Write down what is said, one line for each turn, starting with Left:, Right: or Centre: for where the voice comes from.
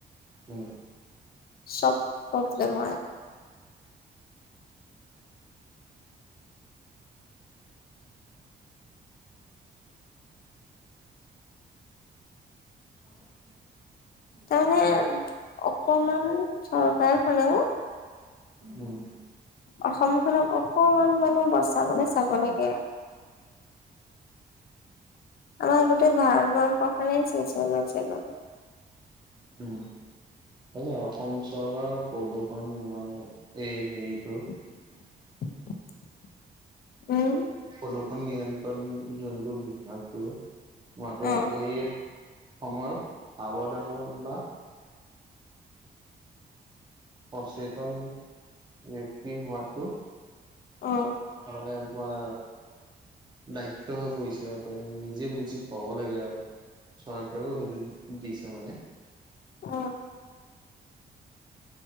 Right: উম
Left: চব প্ৰব্লেম হয়
Right: <inaudible>
Left: তাৰমানে, অকমান চৰকাৰে, হেল্লো
Right: উম।
Left: অসমখনক অকমান, মানে বচাবলে চাব লাগে। আমাৰ গোটেই ভাৰতবৰ্ষখনেই চেছ হৈ গৈছে গৈ।
Right: উম। তাকে, অসম চৰকাৰৰ প্ৰদূষণ <unintelligible> এই হেৰিটো
Left: <unintelligible> উম।
Right: প্ৰদূষণ নিয়ন্ত্ৰণ জন্তু বিভাগটোৰ মতে
Left: অ',
Right: এই সময়ত, সাৱধানতা সচেতন, ব্যক্তি হোৱাতো
Left: অ',
Right: মানে তোমাৰ দায়িত্ব হৈ পৰিছে আৰু <unintelligible> নিজে বুজি পাব লাগে আৰু। চৰকাৰেও, সেইটো দিছে মানে।
Left: অ',